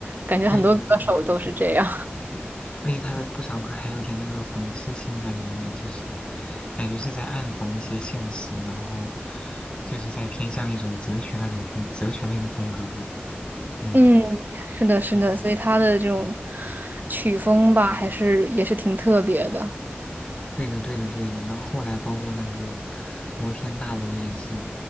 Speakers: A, on the right (about 50°); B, on the left (about 25°).
A: 感觉很多歌手都是这样。
B: 对对对对对对，而且他的不少歌还有点那个讽刺性在里面，就是感觉是在暗讽一些现实，然后就是在偏向一种哲学那种风哲学类的风格吧，嗯
A: 嗯，是的，是的，
B: 嗯
A: 所以他的这种
B: 嗯。
A: 曲风吧，还是也是挺特别的。
B: 对的，对的，对的。然后后来包括那个摩天大楼也是，